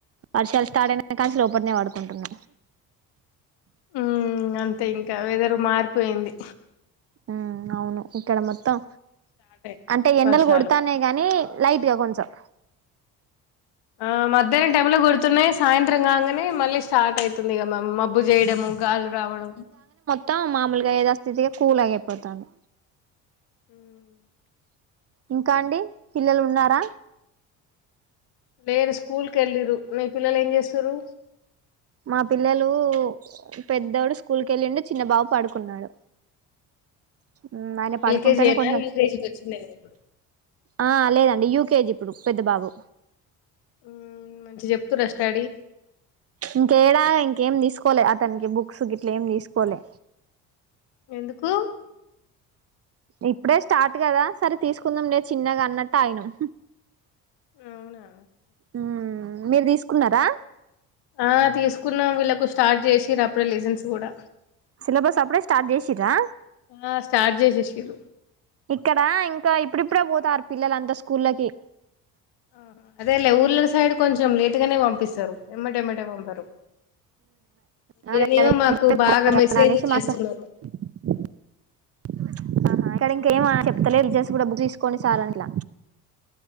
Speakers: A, on the right; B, on the left.
A: వర్షాలు స్టార్ట్ అయినా కాంచి లోపట్నే పడుకుంటున్నాం.
B: ఉమ్ అంతే ఇంకా వెదరు మారిపోయింది.
A: ఉమ్ అవును ఇక్కడ మొత్తం,
B: స్టార్ట్
A: అంటే ఎండలు
B: వర్షాలు
A: కొడతాన్నాయి గని లైట్గా కొంచం.
B: ఆ మధ్యాహ్నం టైమ్ లో కొడుతున్నయి, సాయంత్రం కాంగానే మళ్ళీ స్టార్ట్ అవుతుంది మమ్ మ బ్బు చేయడము గాలీ రావడం.
A: ట మామూలుగా ఏథాస్థితిగా కూలయ్యే పోతాంది.
B: ఉమ్
A: ఇంకా అండి, పిల్లలు ఉన్నారా?
B: లేరు స్కూల్ కెళ్లిర్రు, మీ పిల్లలు ఏం చేస్తుర్రు?
A: మా పిల్లలు పెద్దోడు స్కూల్ కెళ్ళిండు, చిన్న బాబు పడుకున్నాడు. ఉమ్ ఆయన పడుకుంటెనే
B: ఎల్కేజీనా
A: కొంచం
B: యూకేజీకి వచ్చిందేమో ఇప్పుడు
A: ఆ లేదం డి యూ కేజీ ఇప్పుడు పెద్ద బాబు.
B: ఉమ్ మంచిగ చెప్తుర్రా స్టడీ?
A: ఇంకేడా ఇంకేం తీసుకోలే అతనికి బుక్స్ గిట్ల ఏం తీసుకోలే.
B: ఎందుకు?
A: ఇప్పుడే స్టార్ట్ కదా, సరే తీసుకుందాం లే చిన్నగా అన్నట్టు ఆగినం.
B: అవునా
A: ఉమ్ మీరు తీసుకున్నరా?
B: ఆ తీసుకున్నాం వీళ్ళలకు స్టార్ట్ చేసిర్రు అప్పుడే లెసన్స్ గుడా
A: సిలబస్ అప్పుడే స్టార్ట్ చేసిర్రా?
B: ఆ స్టార్ట్ చేసేసిరు
A: ఇక్కడ ఇంకా ఇప్పుడిప్పుడే పోతారు పిల్లలంతా స్కూళ్ళకి.
B: ఆ అదేలే ఊర్ళ సైడ్ కొంచెం లేటుగానే పంపిస్తరు, ఎమ్మటేమ్మటే పంపరు.
A: ఆ
B: ఈడనేమో
A: నా
B: మాకు
A: <unintelligible>
B: బాగా మెసేజ్
A: అనేేషి
B: చేస్తున్నారు
A: మాస ఆహ ఇక్కడ
B: హ్మ్.
A: ఇంకేం ఆ చెప్తలేర్ జస్ బు రబ్ తీసుకొని సారంట్ల